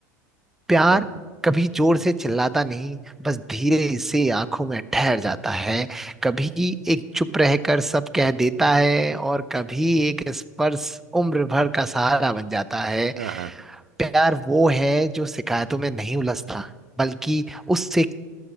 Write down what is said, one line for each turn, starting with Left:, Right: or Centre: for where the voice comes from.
Centre: प्यार
Right: वाह
Centre: कभी जोर से चिल्लाता नहीं बस धीरे से आंखों में ठहर जाता है कभी एक चुप रहकर सब कह देता है और कभी एक स्पर्श उम्र भर का सहारा बन जाता है
Right: हाँ हाँ,
Centre: प्यार वो है जो शिकायतों में नहीं उलझता बल्कि उससे